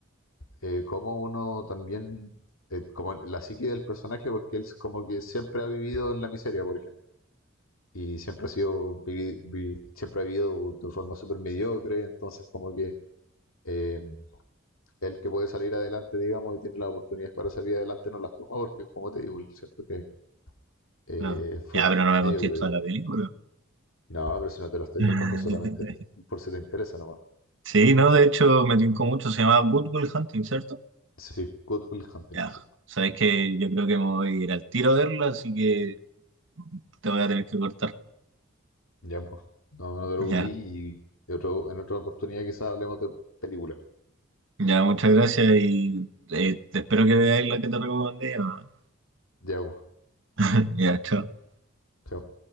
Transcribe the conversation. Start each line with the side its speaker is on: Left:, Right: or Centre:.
Left: eh, cómo uno también, eh, como la psique del personaje, porque él es como que siempre ha vivido en la miseria, por ejemplo, y siempre ha sido, vivi- vi- siempre ha vivido de forma súper mediocre, entonces como que eh, el que puede salir adelante, digamos, y tiene las oportunidades para salir adelante, no las toma, porque como te digo, él siempre eh,
Right: claro.
Left: fue
Right: Ya, pero no me
Left: mediocre,
Right: contesto
Left: digo.
Right: a la película.
Left: No, pero si no te lo estoy
Right: <laughs>
Left: contando, solamente por si te interesa nomás.
Right: Sí, no, de hecho me tincó mucho, se llama Good Will Hunting, ¿cierto?
Left: Sí, Good Will Hunting,
Right: Ya,
Left: sí.
Right: sabes que yo creo que me voy a ir al tiro a verla, así que te voy a tener que cortar.
Left: Ya, pues. No, no te preocupes
Right: Ya,
Left: y y otro, en otra oportunidad quizás hablemos de películas.
Right: ya, muchas gracias y eh, te espero que veáis la que te recomendé. Ya,
Left: Ya, pues.
Right: <laughs> Ya, chao.
Left: Chao.